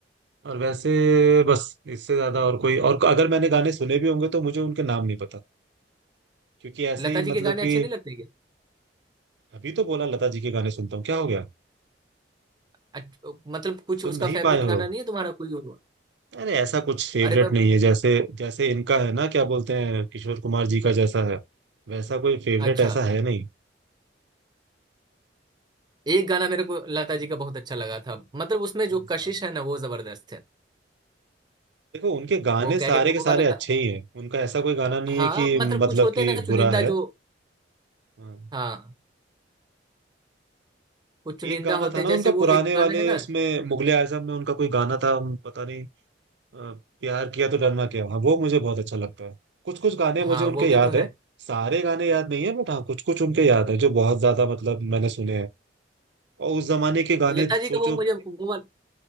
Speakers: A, on the right (about 65°); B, on the right (about 25°).
A: और वैसे बस इससे ज्यादा और कोई और अगर मैंने गाने सुने भी होंगे तो मुझे उनके नाम नहीं पता क्योंकि ऐसे
B: लता
A: ही
B: जी
A: मतलब
B: के गाने
A: कि
B: अच्छे नहीं लगते क्या
A: अभी तो बोला लता जी के गाने सुनता हूँ क्या हो गया
B: अच्छ- मतलब कुछ
A: सुन
B: उसका
A: नहीं
B: फेवरेट
A: पाए हो
B: गाना नहीं है तुम्हारा कोई और?
A: अरे ऐसा कुछ फेवरेट
B: अरे मैं
A: नहीं है जैसे जैसे इनका है ना क्या बोलते हैं किशोर कुमार जी का जैसा है वैसा कोई फेवरेट
B: अच्छा
A: ऐसा है नहीं
B: एक गाना मेरे को लता जी का बहुत अच्छा लगा था मतलब उसमें
A: कौन
B: जो कशिश
A: सा
B: है ना वो जबरदस्त है
A: देखो उनके गाने
B: वो क्या
A: सारे
B: कहते हैं
A: के
B: वो
A: सारे
B: वाला
A: अच्छे
B: गा...
A: ही हैं उनका ऐसा कोई गाना नहीं
B: हाँ
A: है कि
B: मतलब
A: मतलब
B: कुछ होते
A: कि
B: हैं ना चुनिंदा
A: बुरा है
B: जो
A: हाँ।
B: हाँ कुछ चुनिंदा
A: एक गाना
B: होते
A: था
B: हैं
A: ना
B: जैसे
A: उनका पुराने
B: वो एक
A: वाले
B: गाना है ना
A: उसमें मुगले आजम में उनका कोई गाना था हम पता नहीं अ, प्यार किया तो डरना क्या हाँ वो मुझे बहुत अच्छा लगता है कुछ कुछ गाने
B: हाँ
A: मुझे उनके
B: वो भी
A: याद
B: तो है
A: है सारे गाने याद नहीं है बट हाँ कुछ कुछ उनके याद है जो बहुत ज्यादा मतलब मैंने सुने हैं और उस जमाने के गाने
B: लता
A: सोचो
B: जी का वो मुझे वो वाला